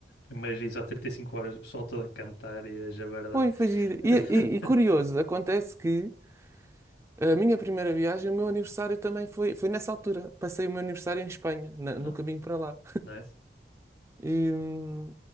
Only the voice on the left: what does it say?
Imagina só 35 horas o pessoal todo a cantar e a jabardar.
<laughs>
Ah,
nice.